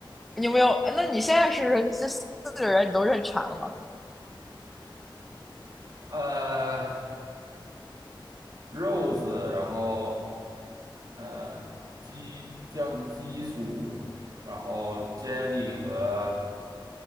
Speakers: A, in the centre; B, on the right (about 50°).
A: 你有没有？哎那你现在是这四个人你都认全了吗
B: 呃，Rose，然后呃基叫什么基叔，然后 Jenny 和